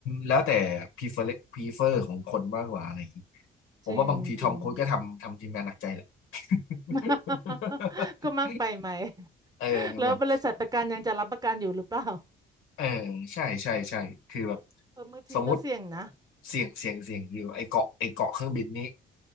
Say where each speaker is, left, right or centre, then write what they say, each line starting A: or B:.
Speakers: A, on the left (about 75°); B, on the right (about 20°).
A: แล้วแต่ prefer prefer ของคนมากกว่าอะไรอย่างนี้ผมว่าบางทีทอมครูซก็ทำทำทีมงานหนักใจแหละ
B: จริงจริง
A: <laughs>
B: <laughs> ก็มากไปไหม
A: เออแบบ
B: แล้วบริษัทประกันยังจะรับประกันอยู่หรือเปล่า
A: เออใช่ใช่ใช่คือแบบ
B: เออบางทีก็เสี่ยงนะ
A: สมมุติเสี่ยงเสี่ยงเสี่ยงอยู่ไอเกาะไอเกาะเครื่องบินนี้